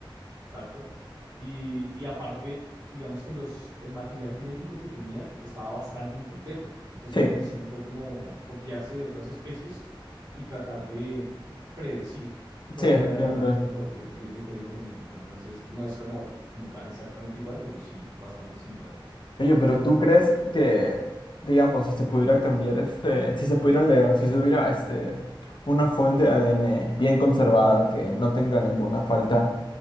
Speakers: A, on the right; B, on the left.
A: Exacto. Y, y aparte, digamos que los, el material genético que tenían estaba bastante incompleto. Entonces
B: Sí,
A: lo que hicieron fue como copiarse de otras especies y tratar de predecir cómo
B: sí, efectivamente.
A: eran las líneas de, co- de, de- de código genético. Entonces no es como, como tal exactamente igual, pero sí bastante similar.
B: Oye, pero ¿tú crees que, digamos, si se pudiera cambiar este, si se pudiera leer, si tuviera este, una fuente de ADN bien conservada que no tenga ninguna falta